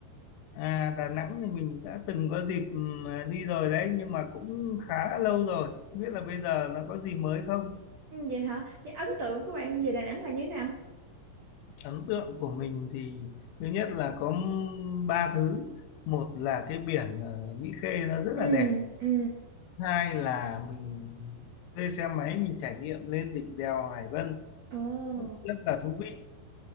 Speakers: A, on the left; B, on the right.
A: À, Đà Nẵng thì mình đã từng có dịp ừm, đi rồi đấy, nhưng mà cũng khá lâu rồi. Không Biết là bây giờ nó có gì mới không?
B: ừ, vậy hả những ấn tượng của bạn về Đà Nẵng là như thế nào
A: Ấn tượng của mình thì thứ nhất là có ba thứ. Một là cái biển ờ, Mỹ Khê nó rất
B: ừ
A: là đẹp.
B: ừ
A: Hai là mình thuê xe máy mình trải nghiệm lên đỉnh đèo Hải Vân
B: ồ
A: cũng rất là thú vị